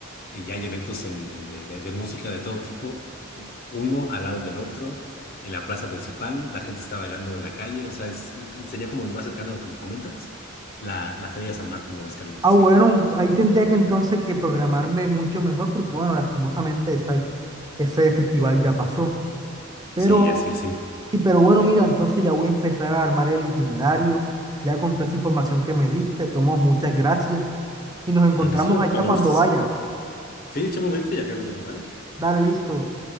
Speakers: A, on the left; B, on the right.
A: Y hay eventos en- en de, de- de música de todo tipo, eh, uno al lado del otro, en la plaza principal, la gente está bailando en la calle, o sea, es- eh, sería como lo más cercano a lo que me comentas, la, la Feria de San Marcos de Aguascalientes,
B: Ah, bueno,
A: fíjate.
B: ahí tendría que entonces que programarme mucho mejor porque, bueno, lastimosamente esa- ese festival ya pasó. Pero,
A: Sí, así es, sí.
B: sí, pero bueno, mira, entonces ya voy a empezar a armar el itinerario, ya con toda esa información que me diste, tomo muchas gracias y nos encontramos
A: Claro que sí, bueno,
B: allá
A: cuando
B: cuando
A: gustes.
B: vaya.
A: Sí, echamos un grito y acá nos vemos, ¿vale?
B: Dale, listo.